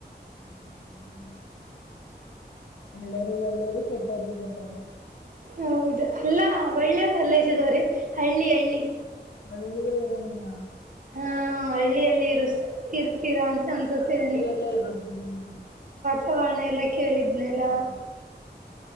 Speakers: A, on the left; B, on the right.
A: ಹ್ಮ್ <inaudible> ಒಳ್ಳರು ಒಳ್ಳೋರು ಕೆಟ್ಟವರು ಕೆಟ್ಟರು.
B: ಹೌದು ಅಲ್ಲಾ ಒಳ್ಳೆಯವ್ರಲ್ಲಸಿದವ್ರೆ ಹಳ್ಳಿ ಹಳ್ಳಿ.
A: ಹಳ್ಳಿಯೂರಂದ್ರ
B: ಹಾ ಹಳ್ಳಿಯಲ್ಲಿ ಇರು ಇರ್ ತೀರಾ ಅಂತ ಅನ್ಸುತ್ತೇರ
A: ಆ ಹಳ್ಳಿಯಲ್ಲೇ
B: ನೀ
A: ಇರೋದಿವಿ ನಾವು
B: ಚವಣ ಎಲ್ಲ ಕೇಳಿದ್ನೆಲ್ಲ.
A: ಹ್ಮ್.